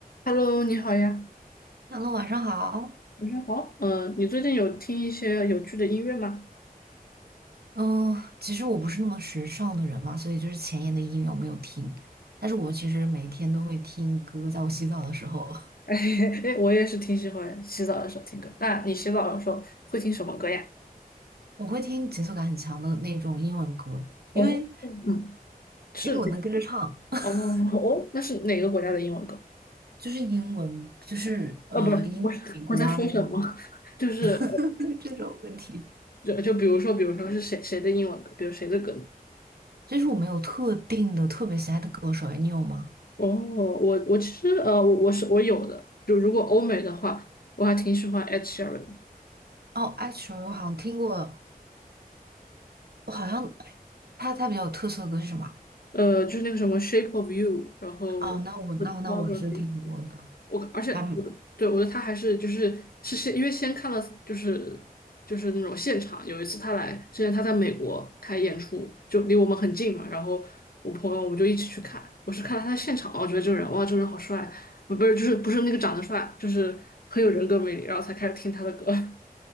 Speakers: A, on the left (about 70°); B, on the right (about 85°).
A: Hello，你好呀。
B: 哈喽，晚上好。
A: 晚上好，嗯，你最近有听一些有趣的音乐吗？
B: 嗯，其实我不是那么时尚的人嘛，所以就是前沿的音乐我没有听，但是我其实每天都会听歌，在我洗澡的时候，<laughs>
A: <laughs> 哎，我也是挺喜欢洗澡的时候听歌。那你洗澡的时候会听什么歌呀？
B: 我会听节奏感很强的那种英文歌，
A: 哦，
B: 因为
A: 嗯，是
B: 因为我能跟着唱，<laughs>
A: 哦哦，那是哪个国家的英文歌？
B: 就是英文，就是呃英美国啊那种
A: 哦，不是，我是，我在说什么？<laughs> 就是
B: <laughs> 这种问题。
A: 就就比如说，比如说是谁谁的英文歌，比如谁的歌呢？
B: 其实我没有特定的特别喜爱的歌手，哎，你有吗？
A: 哦，我我其实呃，我我是我有的，就如果欧美的话，我还挺喜欢 Ed Sheeran 的。
B: 哦，actually 我好像听过，我好像哎他他比较有特色的歌是什么
A: 呃，就是那个什么《Shape of You》，然后
B: 啊哦，那我那我那我是听过的。
A: Photography 这些。我而且我的对我觉得他还是就是是先因为先看了就是就是那种现场，
B: 还
A: 有一次他来之前他在美国开演出，就离我们很近嘛，然后我朋友我们就一起去看，我是看了他的现场，我觉得这个人哇，这个人好帅，不不是就是不是那个长得帅，就是很有人格魅力，然后才开始听他的歌。<laughs>